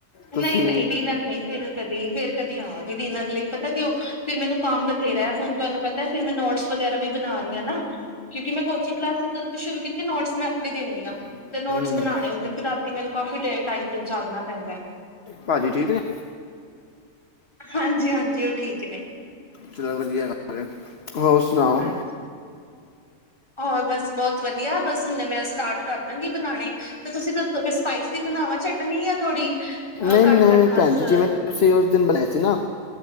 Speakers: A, on the left (about 50°); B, on the left (about 20°).
A: ਤੁਸੀਂ
B: ਨਹੀਂ-ਨਹੀਂ ਡਿਨਰ ਨਹੀਂ ਫੇਰ ਕਦੀ ਫੇਰ ਕਦੀ ਆਵਾਂਗੇ ਡਿਨਰ ਲਈ। ਪਤਾ ਕਿਓ ਫੇਰ ਮੈਨੂ ਕੰਮ ਬਥੇਰਾ ਹੈ ਹੁਣ ਤੁਹਾਨੂੰ ਪਤਾ ਫਿਰ ਮੈਂ ਨੋਟਸ ਵਗੈਰਾ ਵੀ ਬਣਾ ਰਹੀ ਹਾਂ ਨਾ ਕਿਉਂਕਿ ਮੈਂ ਕੋਚਿੰਗ ਕਲਾਸ ਜਦ ਦੀ ਸ਼ੁਰੂ ਕੀਤੀ ਨੋਟਸ ਮੈਂ ਆਪਣੇ ਦੇਨੀ ਆਂ,
A: ਹੂੰ
B: ਤੇ ਨੋਟਸ ਬਣਾਣੇ ਹੁੰਦੇ ਫੇਰ ਰਾਤੀ ਮੈਨੂ ਕਾਫੀ ਦੇਰ ਟਾਈਮ ਤਕ ਜਾਗਣਾ ਪੈਂਦੈ।
A: ਭਾਜੀ ਠੀਕ ਨੇ।
B: ਹਾਂਜੀ-ਹਾਂਜੀ ਉਹ ਠੀਕ ਨੇ।
A: ਚਲੋ ਵਧੀਆ ਗੱਲ ਐ। ਹੋਰ ਸੁਣਾਓ।
B: ਹਾਂਜੀ ਹੋਰ ਬਸ ਬਹੁਤ ਵਧੀਆ ਬਸ ਹੁਣੇ ਮੈਂ ਸਟਾਰਟ ਕਰ ਦਾਂਗੀ ਬਣਾਣੇ ਤੇ ਤੁਸੀਂ ਦੱਸੋ ਫਿਰ ਸਪਾਈਸੀ ਬਣਾਵਾਂ ਚਟਨੀ ਜਾਂ ਥੋੜ੍ਹੀ ਅਹ
A: ਨਹੀਂ ਨਹੀਂ
B: ਘੱਟ ਰੱਖਾਂ
A: ਭੈਣ
B: ਸ
A: ਜੀ ਜਿਵੇਂ ਤੁਸੀਂ ਉਸ ਦਿਨ ਬਣਾਏ ਸੀ ਨਾ